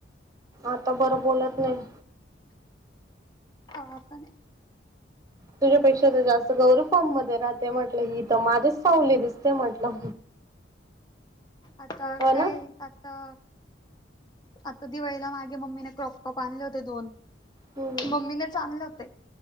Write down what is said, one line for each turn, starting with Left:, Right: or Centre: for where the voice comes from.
Right: आता बरं बोलत नाही.
Left: <inaudible> हसा ना.
Right: तुझ्यापेक्षा तर जास्त गौरव फॉर्म मध्ये राहते म्हटलं. ही तर माझीच <inaudible> ांवली दिसते म्हटलं.
Left: आता
Right: हो
Left: काय
Right: ना
Left: आता, आता दिवाळीला मागे मम्मीने क्रॉप कप आणले होते दोन.
Right: हम्.
Left: <inaudible> ममीले <inaudible> होते